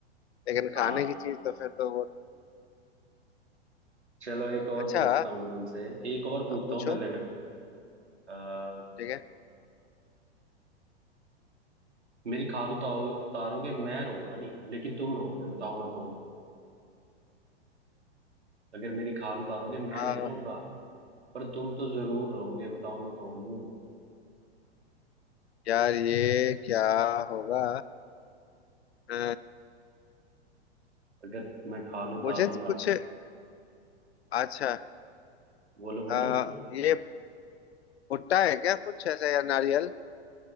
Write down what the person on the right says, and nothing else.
हाँ
चलो एक और
पूछता हूँ मैं तुमसे एक और पूछता
हूँ पहले मैं आ,
मेरी खाल उतारो उतारोगे मैं रहूंगा नहीं लेकिन तुम रहोगे बताओ मैं कौन हूँ अगर मेरी खाल उतारोगे मैं
नहीं रहूंगा पर तुम तो जरूर रहोगे बताओ मैं कौन हूँ
अगर मैं खाल उतारूंगा
बोलो
बोलो